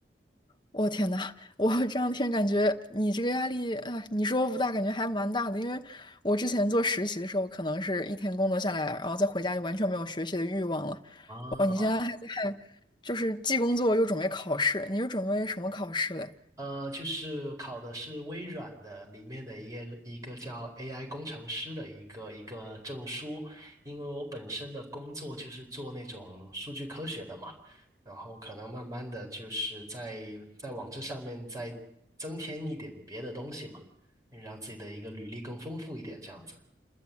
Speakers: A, on the left; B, on the right.
A: 我天呐，我这两天感觉你这个压力啊，你说不大，感觉还蛮大的。因为我之前做实习的时候，可能是一天工作下来，然后再回家就完全没有学习的欲望了。
B: 啊，
A: 哦，你现在还在，就是既工作又准备考试，你是准备什么考试嘞？
B: 呃，就是考的是微软的里面的一个一个叫 AI 工程师的一个一个证书，因为我本身的工作就是做那种数据科学的嘛，然后可能慢慢的就是在在往这上面再增添一点别的东西嘛，让自己的一个履历更丰富一点，这样子。